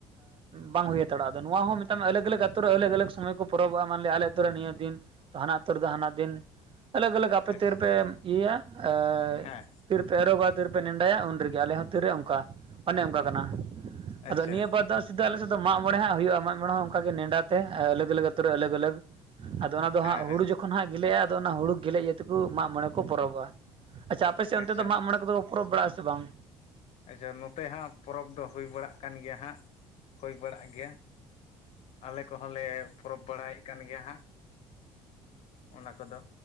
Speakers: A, on the right (about 40°); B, on the left (about 55°).
A: ᱵᱟᱝ ᱦᱩᱭ ᱦᱟᱛᱟᱲᱚᱜᱼᱟ ᱟᱫᱚ ᱱᱚᱣᱟ ᱦᱚᱸ ᱢᱮᱛᱟᱜᱼᱟ ᱟᱹᱞᱟᱜᱽ ᱟᱹᱞᱟᱜᱽ ᱟᱛᱳ ᱨᱮ ᱟᱹᱞᱟᱜᱽ ᱟᱹᱞᱟᱜᱽ ᱥᱚᱢᱚᱭ ᱠᱚ ᱯᱚᱨᱚᱵᱚᱜᱼᱟ ᱢᱟᱱᱞᱮ ᱟᱞᱮ ᱛᱩ ᱨᱮ ᱱᱤᱭᱟᱹ ᱫᱤᱱ ᱛᱚ ᱦᱟᱱᱟ ᱟᱹᱛᱳ ᱨᱮᱫᱚ ᱦᱟᱱᱟ ᱫᱤᱱ ᱟᱞᱟᱜᱽ ᱟᱞᱟᱜᱽ ᱟᱯᱮ
B: ᱟᱪᱪᱷᱟ
A: ᱛᱤᱨ ᱨᱮᱯᱮ ᱤᱭᱟᱹᱭᱟ ᱮᱸ
B: ᱦᱮᱸ
A: ᱛᱤᱨᱯᱮ ᱮᱨᱚᱜᱚ ᱜᱟ ᱛᱤᱨ ᱨᱮᱯᱮ ᱱᱮᱰᱟᱭᱟ ᱩᱱ ᱨᱮᱜᱮ ᱟᱞᱮ ᱦᱚᱸ ᱛᱤᱨᱮ ᱚᱱᱠᱟ ᱚᱱᱮ ᱚᱱᱠᱟ ᱠᱟᱱᱟ᱾ ᱟᱫᱚ
B: ᱟᱪᱪᱷᱟ
A: ᱱᱤᱭᱟᱹ ᱯᱟᱫ ᱥᱮᱫᱟᱹ ᱟᱞᱮ ᱥᱮᱫ ᱫᱚ ᱢᱟᱜ ᱢᱚᱬᱮ ᱦᱩᱭᱩᱜᱼᱟ ᱢᱚᱬᱮ ᱦᱚᱸ ᱚᱱᱠᱟ ᱜᱮ ᱱᱮᱸᱰᱟ ᱛᱮ ᱟᱞᱟᱜ ᱟᱞᱟᱜ ᱟᱹᱛᱳ ᱨᱮ ᱟᱞᱟᱜ ᱟᱞᱟᱜ, ᱟᱫᱚ ᱚᱱᱟ ᱫᱚ
B: ᱦᱮᱸ
A: ᱦᱟᱸᱜ
B: ᱦᱮᱸ
A: ᱦᱩᱲᱩ ᱡᱚᱠᱷᱚᱱ ᱦᱟᱸᱜ ᱜᱮᱞᱮᱜᱼᱟ ᱟᱫᱚ ᱚᱱᱟ ᱦᱩᱲᱩ ᱜᱮᱞᱮ ᱤᱭᱟᱹ ᱛᱮ ᱠᱚ ᱢᱟᱜ ᱢᱚᱬᱮ ᱠᱚ ᱯᱚᱨᱚᱵᱼᱟ᱾ ᱟᱪᱪᱷᱟ ᱟᱯᱮ ᱥᱮᱫ
B: ᱟᱪᱪᱷᱟ
A: ᱚᱱᱛᱮ ᱫᱚ ᱢᱟᱜ ᱢᱚᱬ ᱠᱚᱫᱚ ᱠᱚ ᱯᱚᱨᱚᱵ ᱵᱟᱲᱟᱜ ᱟ ᱥᱮ ᱵᱟᱝ?
B: ᱟᱪᱪᱷᱟ ᱱᱚᱛᱮ ᱦᱟᱸᱜ ᱯᱚᱨᱚᱵᱽ ᱫᱚ ᱦᱩᱭ ᱵᱟᱲᱟᱜ ᱠᱟᱱ ᱜᱮᱭᱟ ᱦᱟᱸᱜ ᱦᱩᱭ ᱵᱟᱲᱟᱜ ᱜᱮᱭᱟ᱾ ᱟᱞᱮ ᱠᱚᱦᱚᱸ ᱞᱮ ᱯᱚᱨᱚᱵᱽ ᱵᱟᱲᱟᱭᱮᱫ ᱠᱟᱱ ᱜᱮᱭᱟ ᱦᱟᱸᱜ? ᱚᱱᱟ ᱠᱚᱫᱚ